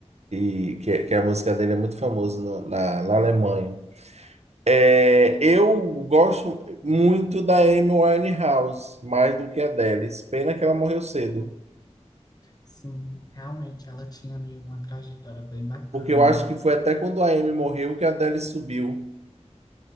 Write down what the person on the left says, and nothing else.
Sim, realmente ela tinha ali uma trajetória bem bacana,
né?